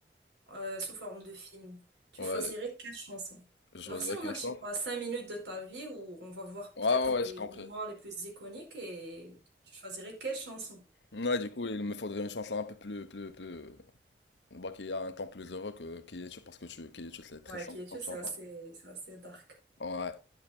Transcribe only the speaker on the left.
Ouais,
Je choisirais
la question.
Ouais,
ouais, ouais,
j'ai compris.
Ouais, du coup, il me faudrait une chanson un peu plus, plus, plus, bah, qui a un temps plus heureux que Kiyetu, parce que tu, Kiyetu, c'est très
sombre
comme
chanson.
Ouais.